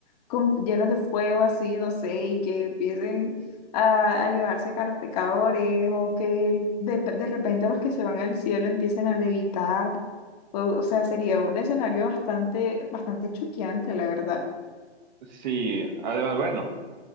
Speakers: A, on the left (about 35°); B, on the right (about 45°).
A: con, llenos de fuego así, no sé, y que empiecen a, a llevarse a los pecadores, o que de, de repente los que se van al cielo empiecen a levitar. O, o sea, sería un escenario bastante, bastante choqueante, la verdad.
B: Sí, además, bueno.